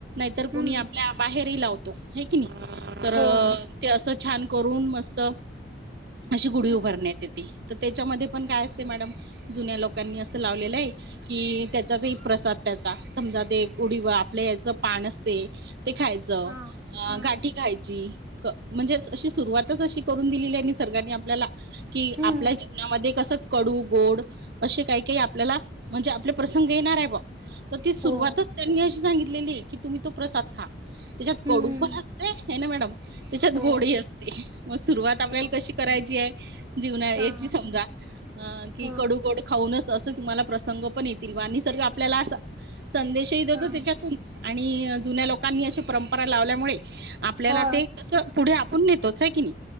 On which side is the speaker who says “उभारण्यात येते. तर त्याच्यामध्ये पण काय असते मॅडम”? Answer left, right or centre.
Right